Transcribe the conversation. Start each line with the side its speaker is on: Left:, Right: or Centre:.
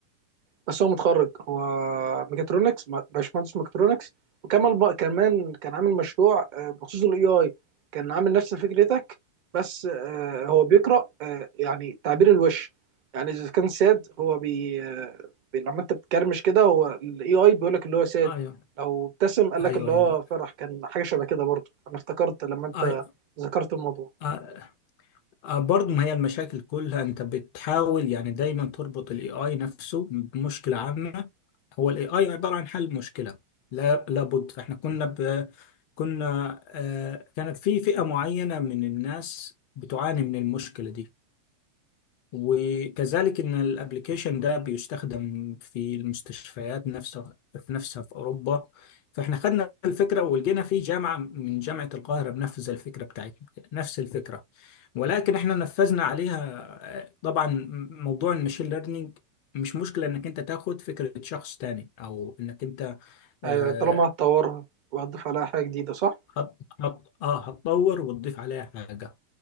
Right: بس هو متخرج هو ميكاترونكس م- باشمهندس ميكاترونكس وكمل بقى كمان كان عامل مشروع آه، بخصوص الاي اي كان عامل نفس فكرتك بس آه، هو بيقرا آه، يعني تعبير الوش يعني اذا كان ساد هو بي آه، بي- لما انت بتكرمش كده هو الاي اي بيقول لك اللي هو ساد
Left: ايوه
Right: لو ابتسم قال لك
Left: ايوه
Right: اللي هو
Left: ايوه
Right: فرح كان حاجه شبه كده برضه انا افتكرت لما انت
Left: أي-
Right: ذكرت الموضوع
Left: آه، آه، برضو ما هي المشاكل كلها انت بتحاول يعني دايما تربط الاي اي نفسه بمشكله عامه هو الاي اي عباره عن حل مشكله لا لابد فاحنا كنا ب... كنا آه كانت في فئه معينه من الناس بتعاني من المشكله دي وكذلك ان الابليكيشن ده بيستخدم في المستشفيات نفسها في نفسها في اوروبا فاحنا خدنا الفكره ولقينا في جامعه من جامعه القاهره بنفذ الفكره بتاعتنا نفس الفكره ولكن احنا نفذنا عليها طبعا موضوع المشين ليرنينج مش مشكله انك انت تاخد فكره شخص تاني او انك انت
Right: آه،
Left: آه
Right: طالما هتطورها وهتضيف عليها حاجه جديده صح؟
Left: هت- هت- آه، هتطور وتضيف عليها حاجه